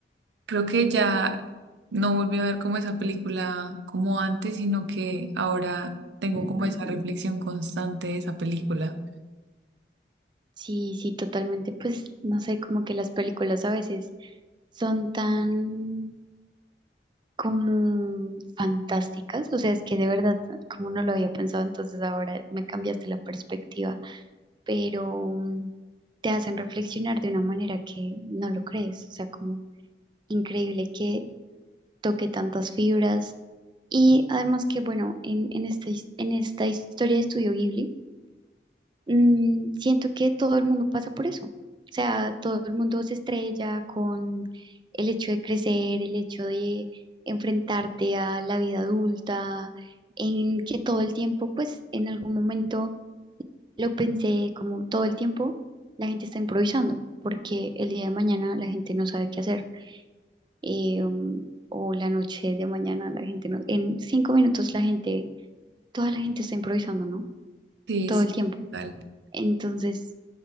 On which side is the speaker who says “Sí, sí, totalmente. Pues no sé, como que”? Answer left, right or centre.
Right